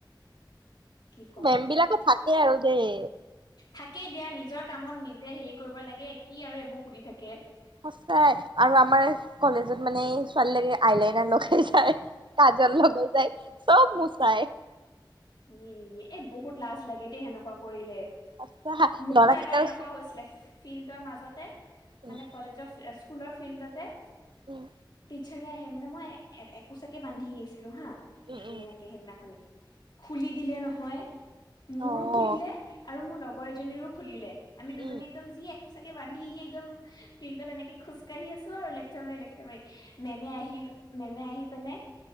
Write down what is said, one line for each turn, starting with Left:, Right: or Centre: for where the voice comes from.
Left: কি
Right: মেম বিলাকো থাকে আৰু দেই
Left: থাকেই দিয়া নিজৰ কামত নিজে হেৰি কৰিব লাগে কি আৰু এইবোৰ সুধি থাকে
Right: সঁচাই আৰু আমাৰ কলেজত মানে ছোৱালী লকে আইলাইনাৰ লগাই যায় কাজল লগাই যায় চব মোচায়
Left: ইয়ে ইয়ে এ বহুত লাজ লাগে দেই সেনেকুৱা কৰিলে
Right: আচ্ছা
Left: মোকো
Right: ল'ৰাকেইটাৰ
Left: এবাৰ এনেকুৱা হৈছিলে ফিল্ডৰ মাজতে
Right: উম
Left: মানে কলেজ স্কুলৰ ফিল্ডতে
Right: উম।
Left: টিচাৰে আহে মানে মই একোচাকে বান্ধি আহিছিলোঁ হা ধুনীয়াকে
Right: উম উম
Left: সেইদিনাখনি। খুলি দিলে নহয় মোৰো
Right: অ'
Left: খুলিলে আৰু লগৰ এজনীৰো খুলিলে। আমি দুজনী
Right: উম
Left: একদম যি একোচাকে বান্ধি আহি একদম ফিল্ডত এনেকে খোজ কাঢ়ি আছোঁ আৰু লেকচাৰ মাৰি লেকচাৰ মাৰি। মেমে আহি মেমে আহি পিনে